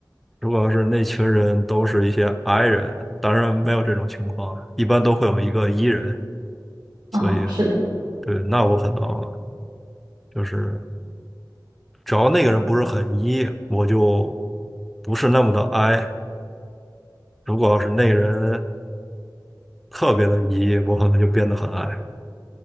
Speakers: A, in the centre; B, on the right (about 75°).
A: 如果要是那群人都是一些 I 人，当然没有这种情况，一般都会有一个 E 人，
B: 哦，
A: 所以
B: 是的，
A: 对，那我可能就是只要那个人不是很 E，我就不是那么的 I。如果要是那个人特别的 E，我可能就变得很 I。